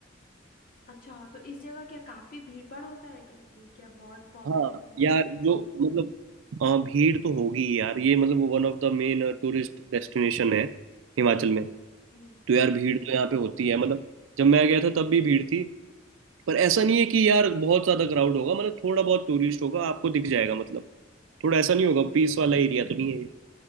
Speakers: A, on the left; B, on the right.
A: अच्छा तो इस जगह क्या काफी भीड़ भाड़ होता है कल- क्या बहुत पॉपुलर
B: हाँ यार
A: है
B: जो मतलब हाँ भीड़ तो होगी ही यार ये मतलब one of the main tourist destination है हिमाचल में
A: हम्म,
B: तो यार भीड़ तो यहाँ पे होती है मतलब जब मैं गया था तब भी भीड़ थी पर ऐसा नहीं है कि यार बहुत ज्यादा क्राउड होगा मतलब थोड़ा बहुत टूरिस्ट होगा आपको दिख जाएगा मतलब थोड़ा ऐसा नहीं होगा पीस वाला एरिया तो नहीं है ये।